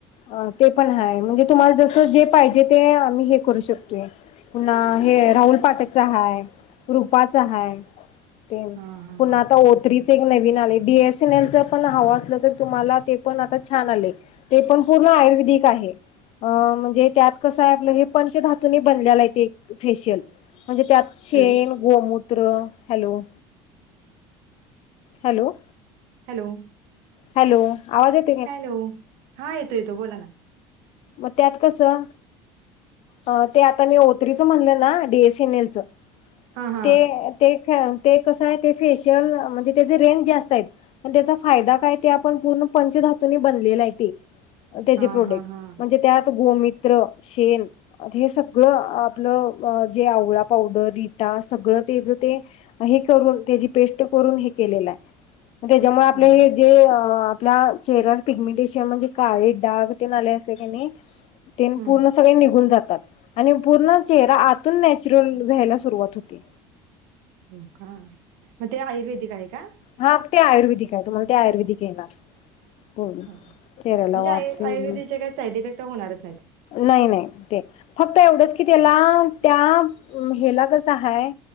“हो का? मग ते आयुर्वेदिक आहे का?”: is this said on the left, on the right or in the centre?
Right